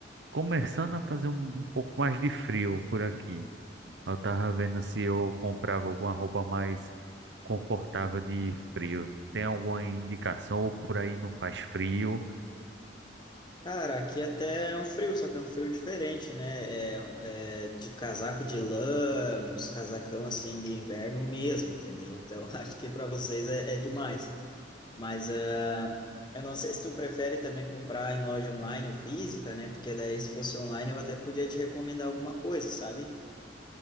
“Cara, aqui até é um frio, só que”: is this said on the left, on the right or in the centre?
Left